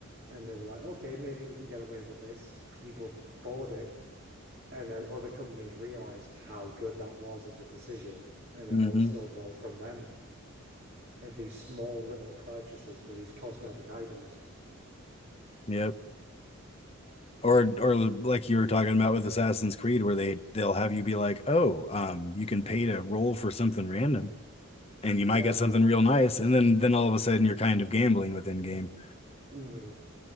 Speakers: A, on the right; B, on the left.
A: and they were like, okay, maybe we can get away with this. People bought it, and then other companies realized how good that was of a decision, and it
B: hmm
A: all snowballed from them of these small little purchases for these cosmetic items.
B: Yep. Or or like you were talking about with Assassin's Creed, where they they'll have you be like, oh, um, you can pay to roll for something random, and
A: Yeah.
B: you might get something real nice, and then then all of a sudden you're kind of gambling within game.
A: Mm.